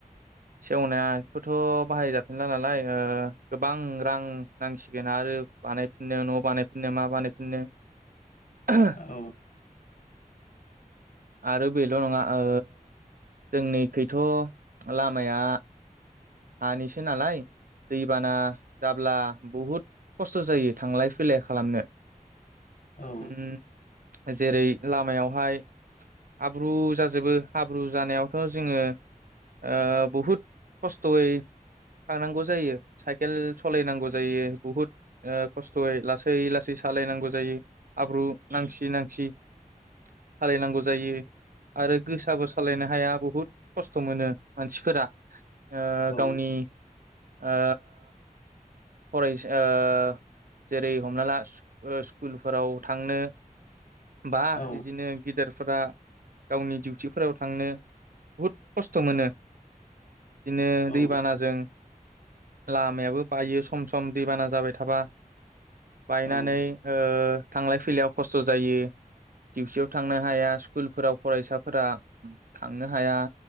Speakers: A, on the right (about 75°); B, on the left (about 65°).
A: सेवनायखौथ' बाहाय जाफिनला नालाय ओ गोबां रां नांसि गोन आरो बानाय नो न' आव बानाय फिननो माबानो नो। <unintelligible>
B: औ
A: आरो बेल' नङा ओ जोंनि खैथ' लामाया हानिसो नालाय दैबाना जाब्ला बुहुद खस्थ' जायो थांलाय फैलाय खालामनो।
B: औ।
A: उम जेरै लामायाव हाय हाब्रु जाजोबो हाब्रु जानायावथ' जोङो ओ बुहुद खस्थ'यै थांनांगौ जायो साइकेल सालाय नांगौ जायो बुहुद ओ खस्थ'यै लासै लासै सालाय नांगौ जायो हाब्रु नांसि नांसि सालाय नांगौ जायो। आरो गोसाबो सालायनो हाया बुहुद खस्थ' मोनो मानसि फोरा ओ
B: औ
A: गावनि ओ फरायसा ओ जेरै हमनाला ओ स्कुल स्कुलफोराव थांनो बा
B: औ
A: इदिनो गिदेर फोरा गावनि डिउटिफोराव थांनो बुहुद खस्थ' मोनो। बिदिनो
B: औ
A: दैबानाजों लामायाबो बायो सम सम दैबाना जाबाय थाबा बायनानै
B: औ
A: ओ थांलाय फैलायाव खस्थ' जायो डिउसियाव थांनो हाया स्कुलफोराव फरायसाफोरा थांनो हाया